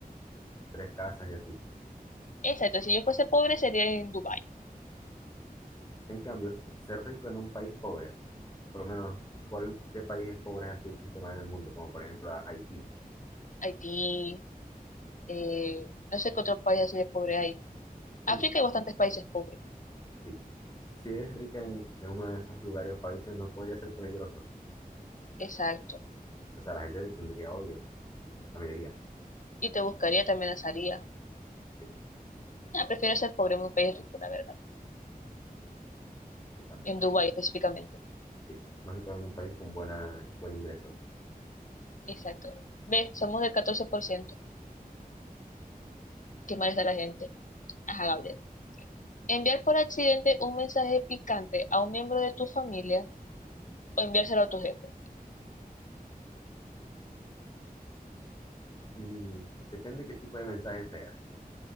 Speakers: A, on the left; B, on the left.
A: tres casas y así.
B: <laughs> exacto. Si yo fuese pobre sería en Dubái,
A: En cambio, se- ser rico en un país pobre, por lo menos, ¿cuál, qué país es pobre así el sistema en el mundo? Como por ejemplo a- Haití.
B: Haití, eh, no sé qué otros países así de pobre hay.
A: Bueno,
B: África hay bastantes países pobres.
A: sí. Si eres rica en, en uno de esos lugares o países, no podría ser peligroso.
B: Exacto.
A: O sea, la gente te tendría odio, la mayoría.
B: Y te buscaría, te amenazaría.
A: Sí,
B: Ah, prefiero ser pobre en un país rico, la verdad.
A: yo también.
B: En Dubái específicamente.
A: Sí. Más que todo en un país con buena, buen ingreso.
B: Exacto. Ve, somos del 14%. Qué mal está la gente. Ajá, Gabriel. Enviar por accidente un mensaje picante a un miembro de tu familia o enviárselo a tu jefe.
A: Mm, depende qué tipo de mensaje sea.